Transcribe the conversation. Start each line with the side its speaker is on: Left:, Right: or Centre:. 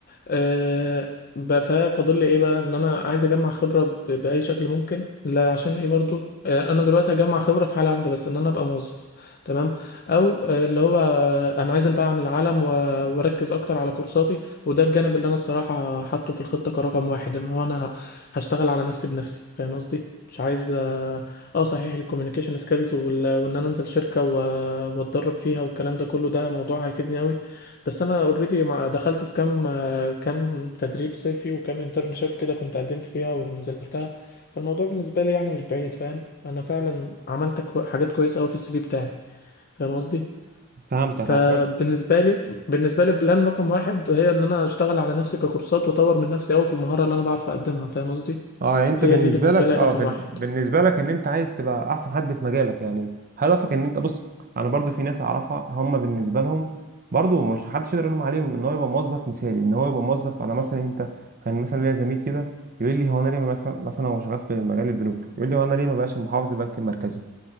Left: أه... ب- ف- فاضل لي ايه بقى ان انا عايز اجمع خبره ب... باي شكل ممكن لا عشان ايه برضو أه انا دلوقتي هجمع خبره في حاله واحده بس ان انا ابقى موظف تمام او آه، اللي هو آه، انا عايز ابعد عن العالم و... واركز اكتر على كورساتي وده الجانب اللي انا الصراحه حاطه في الخطه كرقم واحد ان هو انا هشتغل على نفسي بنفسي فاهم قصدي مش عايز اه صحيح الكوميونيكيشن سكيلز وان انا انزل شركه و- واتدرب فيها والكلام ده كله ده موضوع هيفيدني قوي بس انا اوريدي دخلت في كام آه، كام تدريب صيفي وكام انترنشيب كده كنت قدمت فيها ونزلتها فالموضوع بالنسبه لي يعني مش بعيد فاهم انا فعلا عملت كو- حاجات كويسه قوي في السي في بتاعي فاهم قصدي
Right: فهمتك
Left: فبالنسبه
Right: اه
Left: لي بالنسبه لي بلان رقم واحد هي ان انا اشتغل على نفسي ككورسات واطور من نفسي قوي في المهاره اللي انا بعرف اقدمها فاهم قصدي
Right: اه يعني انت
Left: هي
Right: بالنسبه
Left: دي بالنسبه
Right: لك
Left: لي
Right: اه
Left: رقم
Right: بن...
Left: واحد
Right: بالنسبه لك ان انت عايز تبقى احسن حد في مجالك يعني هدفك ان انت بص انا برضو في ناس اعرفها هم بالنسبه لهم برضو مش حدش يقدر يلوم عليهم ان هو يبقى موظف مثالي ان هو يبقى موظف انا مثلا انت كان مثلا ليا زميل كده يقول لي هو انا ليه ما مثلا مثلا هو شغال في مجال البنوك يقول لي هو انا ليه ما بقاش محافظ البنك المركزي